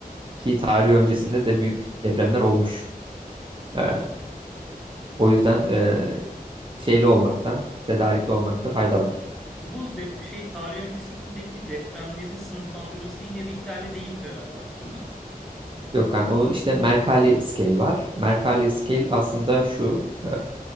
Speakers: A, on the right; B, in the centre.
A: Ki tarih öncesinde de büyük depremler olmuş.
B: Aynen
A: Ee, o yüzden e, şeyli olmakta, tedarikli olmakta fayda var.
B: Bu dep şey tarih öncesindeki depremlerin sınıflandırması yine Richter'le değildir herhalde ama değil mi?
A: Yok kanka onu işte Mercalli Scale var. Mercalli Scale aslında şu. e,